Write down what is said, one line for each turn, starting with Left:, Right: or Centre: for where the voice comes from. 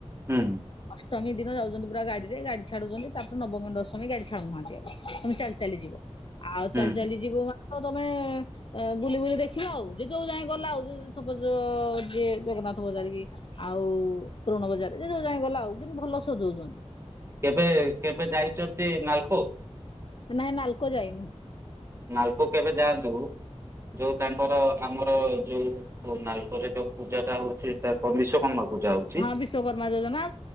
Right: ହୁଁ।
Left: ଅଷ୍ଟମୀ ଦିନ ଯାଉଛନ୍ତି ପୁରା ଗାଡିରେ ଗାଡ଼ି ଛାଡୁଚନ୍ତି ତାପରେ ନବମୀ ଦଶମୀ ଗାଡି ଛାଡୁନାହାନ୍ତି ଆଉ। ତମେ ଚାଲି ଚାଲିଯିବ ଆଉ
Right: ହୁଁ
Left: ଚାଲି ଚାଲି ଯିବ। ତ ତମେ ଏ ବୁଲି ବୁଲି ଦେଖିବ ଆଉ ଯେ ଯୋଉ ଯାଏଁ ଗଲା ଆଉ ସପୋଜ। ଯେ ଜଗନ୍ନାଥ ବଜାର କି ଆଉ ତୃଣ ବଜାର ଯେ ଯୋଉ ଯାଏଁ ଗଲା ଆଉ କିନ୍ତୁ ଭଲ ସଜଉଛନ୍ତି।
Right: କେବେ କେବେ ଯାଇଚନ୍ତି ନାଲକୋ?
Left: ନାହିଁ ନାଲକୋ ଯାଇନୁ।
Right: ନାଲକୋ କେବେ ଯାଆନ୍ତୁ। ଯୋଉ ତାଙ୍କର ଆମର ଯୋଉ ନାଲକୋ ରେ ଯୋଉ ପୂଜା ଟା ହଉଚି ସେଟା କଁ ବିଶ୍ଵକର୍ମା। ପୂଜା ହଉଛି
Left: ହଁ ବିଶ୍ଵକର୍ମା ଯୋଜନା